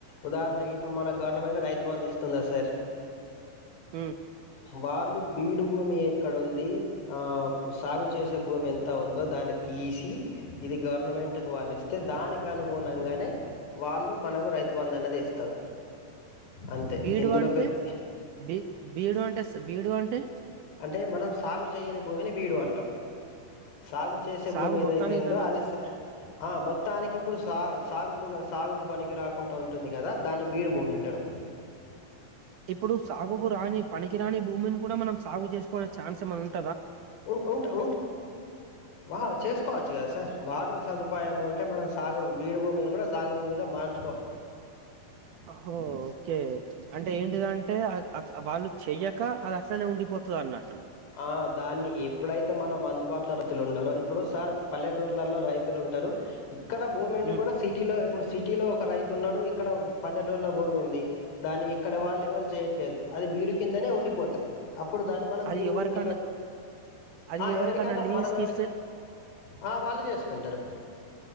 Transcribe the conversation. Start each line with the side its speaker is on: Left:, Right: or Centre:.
Left: ఉదాహరణకి ఇప్పుడు మన గవర్నమెంట్ రైతు బంధ్ ఇస్తుందా సార్
Right: ఉమ్.
Left: వాళ్ళు బీడు భూమి ఎక్కడ ఉంది ఆ సాగు చేసే భూమి ఎంత ఉందో దాన్ని తీసి ఇది గవర్నమెంట్కి వాళ్ళు ఇస్తే దానికి అనుగుణంగానే వాళ్ళు మనకు రైతు బందునేది ఇస్తారు అంతే
Right: బీడు
Left: ఇందులో
Right: అంటే
Left: పెద్ద
Right: బీ బీడు అంటే సార్ బీడు అంటే
Left: అంటే మనం సాగు చేయని భూమిని బీడు అంటాం సాగు చేసే
Right: సాగు
Left: భూమి ఏది
Right: మొత్తానికి
Left: అయితే ఉందొ
Right: తన
Left: అది ఆ మొత్తానికి ఇప్పుడు సాగు సాగుకు సాగుకు పనికి రాకుండా ఉంటుంది కదా దాన్ని బీడు భూమి అంటారు
Right: ఇప్పుడు సాగుకు రాని పనికి రాని భూమిని కూడా మనం సాగు చేసుకునే ఛాన్స్ ఏమైనా ఉందా
Left: ఉ ఉంటా ఉంట వా చేసుకోవచ్చు కదా సార్ వాటర్ సదుపాయం ఉంటే మనం సాగు బీడి భూమిని కూడా సాగు భూమిగా మార్చకో
Right: ఓహో ఓకే అంటే ఏంటిదంటే వాళ్ళు చెయ్యక అది అట్లనే ఉండిపోతుంది అన్నట్టు
Left: ఆ దాన్ని ఎప్పుడైతే మనం అందుబాటులో రైతులు ఉండారో ఇప్పుడు సార్ పల్లెటూర్లలో రైతులు ఉంటారు ఇక్కడ భూముండి
Right: హ్మ్
Left: కూడా సిటీలో ఇప్పుడు సి సిటీలో ఒక రైతు ఉన్నాడు ఇక్కడ పల్లెటూరులో భూమి ఉంది దాని ఇక్కడ వాళ్ళ ఎవరు చేయట్లేదు అది బీడు కిందనే ఉండిపోద్ది ఇప్పుడు దాన్ని మనం
Right: అది
Left: బీడు
Right: ఎవరికన్నా
Left: భూమి కింద
Right: అది
Left: ఆ
Right: ఎవరికన్నా లీస్
Left: మనం
Right: కీ
Left: ఎవరికి ఆ వాళ్ళు చేసుకుంటారు